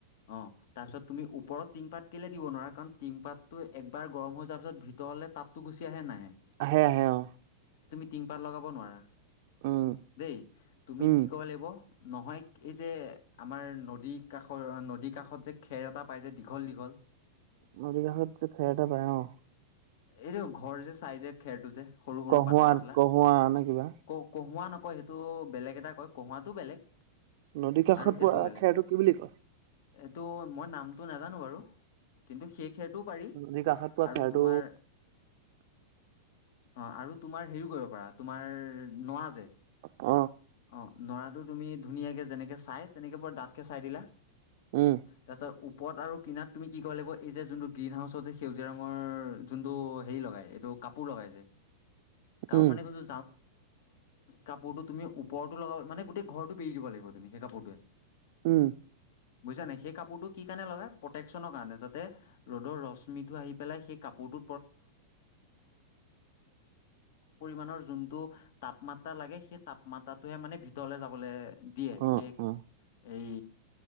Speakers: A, on the left (about 60°); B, on the right (about 55°).
A: অঁ, তাৰপিছত তুমি ওপৰতৰ টিংপাত কেলৈ দিব নোৱাৰা কাৰণ টিংপাতটো একবাৰ গৰম হৈ যোৱাৰ পিছত ভিতৰ'লে তাপতো গুচি আহে, নাহে।
B: আহে, আহে অ।
A: টিং পাত লগাব নোৱাৰা,
B: উম,
A: দেই তুমি
B: উম।
A: কেব, নহয় এই যে আমাৰ নদ কাষৰ নদী কাষত যে খেৰ এটা পাই যে দীঘল। দিঘল, দিঘল।
B: নদী কাষত ফেৰ এটা পায় অ।
A: এইটো ঘৰ যে চাই যে খেৰটো যে সৰু, সৰু
B: কহোৱা
A: পাতলা, পাতলা
B: কহোৱা নে কিবা।
A: কওক কহুৱা নকয় সেইটো বেলেগ এটা কয়। কঁহুৱাতটো বেলেগ
B: নদীৰ কাষত
A: আৰু সেইটোও
B: পোৱা
A: বেলেগ
B: খেৰটো কি বুলি কয়।
A: এইটো মই নামটো নাজানো বাৰু কিন্তু শেষেটো পাৰি
B: নদীৰ কাষত পোৱা
A: আৰু
B: খেৰটো
A: তোমাৰ অ', আৰু তোমাৰ হেৰিও কৰিব পাৰা তোমাৰ নৱা যে।
B: অ,
A: অ', ৰাটো তুমি ধুনীয়াকে যেনেকে চাই তেনেকে বৰ দাতকে চাই দিলা
B: উম,
A: তাৰপাছত উপ পথ আৰু কিনাত তুমি কি ক লাগিব এই যে যোনটো গ্ৰীণ হাউচৰ যে সেউজীয়া ৰঙৰ যোনটো হেৰি লগাই এইটো কাপোৰ লগাই যে কাপোৰ
B: উম,
A: মানে ক জ কাপোৰতো তুমি পৰটো লগা মানেই ঘৰটো বৰি দ লাগিব তুমি সেই কাপোৰটো
B: উম,
A: বুজছা নাই সেই কাপোৰটো কি কাৰণে লগাই প্ৰটেকচনৰ কাৰণে যাতে ৰদৰ ৰশ্মিটো আহি পেলাই সেই কাপোৰটো <unintelligible> টো তাপমাত্ৰা লাগে সেই তাপমাত্ৰাটোহে মানে ভিতৰলে যাবলৈ দিয়ে
B: অ,
A: সেই
B: অ,
A: এই